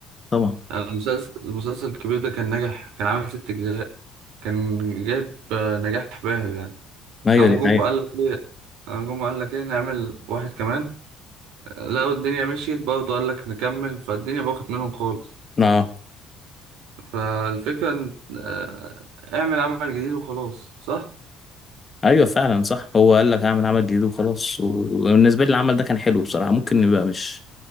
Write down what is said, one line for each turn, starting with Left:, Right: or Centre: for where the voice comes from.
Left: طبعا
Right: المسلسل المسلسل الكبير ده كان ناجح كان عامل ست أجزاء كان جايب آه، نجاح باهر يعني
Left: ايوه
Right: قام
Left: دي حقيقه
Right: جم قال لك ايه قام جم قال لك ايه نعمل واحد كمان آه، لقوا الدنيا مشيت برضه قال لك نكمل فالدنيا باخت منهم خالص
Left: اه
Right: فالفكرة إن- آه، اعمل عمل جديد وخلاص صح
Left: ايوه فعلا صح هو قال لك هعمل عمل جديد وخلاص و- وبالنسبه لي العمل ده كان حلو بصراحه ممكن يبقى مش